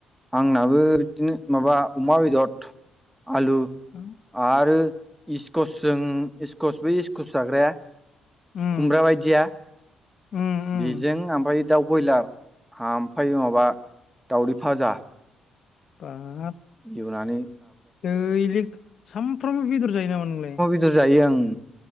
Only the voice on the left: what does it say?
<unintelligible>
उम
उम उम
बाब
दैलिख सामफ्रामबो बेदर जायो नामा नोंलाय?